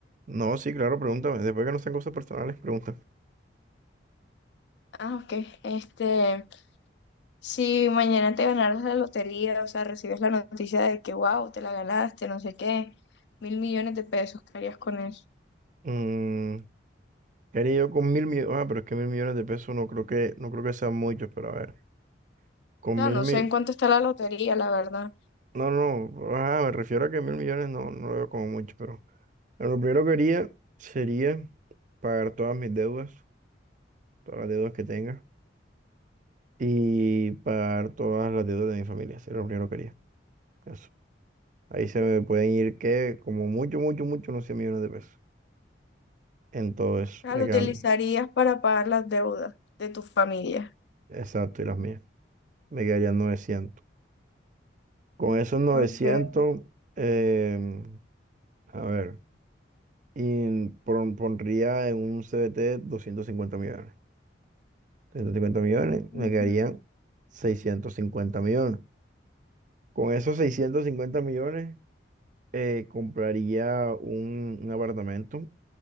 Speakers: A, on the right (about 40°); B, on the left (about 65°).
A: No, sí, claro, pregúntame. Después que no sean cosas personales, pregunta.
B: Ah, ok. Este, si mañana te ganaras la lotería, o sea, recibes la noticia de que, wow, te la ganaste, no sé qué, mil millones de pesos, ¿qué harías con eso?
A: Mm, ¿qué haría yo con mil millones? Ah, pero es que mil millones de pesos no creo que, no creo que sean muchos, pero a ver. Con
B: O sea,
A: mil
B: no sé
A: mi...
B: en cuánto está la lotería, la verdad. O
A: No, no, ajá, me refiero a que mil millones no, no lo veo como mucho, pero... Bueno, lo primero que haría sería pagar todas mis deudas, todas las deudas que tenga y pagar todas las deudas de mi familia. Sería lo primero que haría. Eso. Ahí se me pueden ir que como mucho, mucho, mucho, unos 100 millones de pesos. En todo eso.
B: lo
A: Me quedan,
B: utilizarías para pagar las deudas de tu familia.
A: exacto, y las mías. Me quedarían novecientos. Con esos novecientos,
B: Ok.
A: em, a ver, y pon- pondría en un CBT cincuenta millones. 250 millones,
B: ujú,
A: me quedarían 650 millones. Con esos 650 millones eh, compraría un, un apartamento,